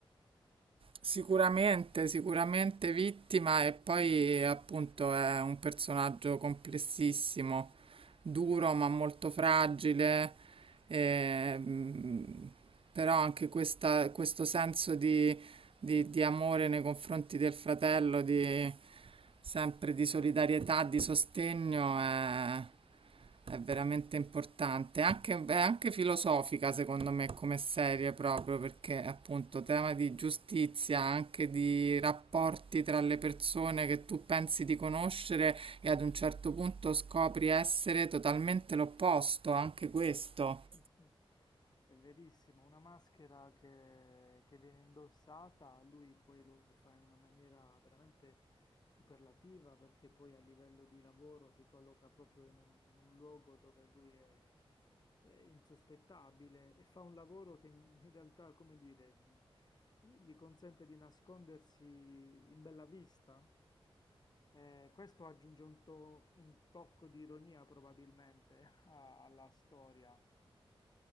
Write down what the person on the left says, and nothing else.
<laughs> È verissimo, una maschera che, che viene indossata, lui poi lo fa in una maniera veramente superlativa perché poi a livello di lavoro si colloca proprio in un, in un luogo dove lui è, è insospettabile e fa un lavoro che in realtà, come dire, l- gli consente di nascondersi in bella vista. Eh, questo aggiunge un, to- un tocco di ironia probabilmente <laughs> a- alla storia.